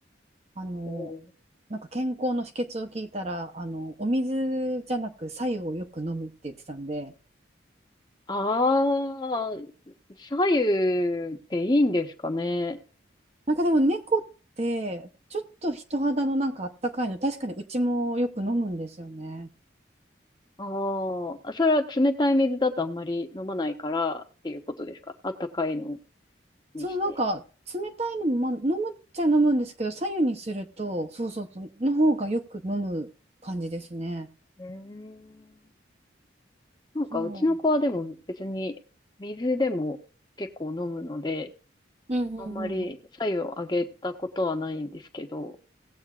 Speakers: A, on the right; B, on the left.
A: あの、
B: おー
A: なんか健康の秘訣を聞いたら、あの、お水じゃなく白湯をよく飲むって言ってたんで、
B: ああ、左右っていいんですかね。
A: なんかでも猫ってちょっと人肌のなんかあったかいの、確かにうちもよく飲むんですよね。
B: ああ、それは冷たい水だとあんまり飲まないからっていうことですか。あったかいのにして。
A: そう、なんか冷たいのも、まあ、飲むっちゃ飲むんですけど、白湯にすると、そうそうそう、の方がよく飲む感じですね。
B: うーん。なんかうちの子はでも別に水でも結構飲むので、
A: そううんうんうんうん。
B: あんまり白湯をあげたことはないんですけど、